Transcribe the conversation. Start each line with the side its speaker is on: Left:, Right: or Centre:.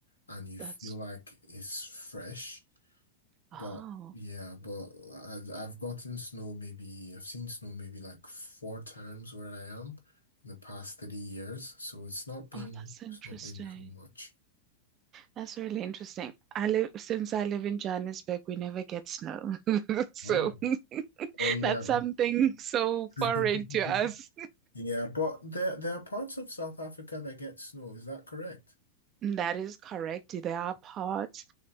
Left: and you
Right: that's,
Left: feel like it's fresh.
Right: oh,
Left: But yeah, but I, I've gotten snow maybe I've seen snow maybe like four times where I am in the past thirty years, so it's not been
Right: oh, that's interesting.
Left: it's not been too much.
Right: That's really interesting. I live, since I live in Johannesburg, we never get snow. <laughs> So.
Left: Oh, oh yeah.
Right: That's something so
Left: <laughs>
Right: foreign to us.
Left: Yeah, but there there are parts of South Africa that get snow. Is that correct?
Right: That is correct. There are parts.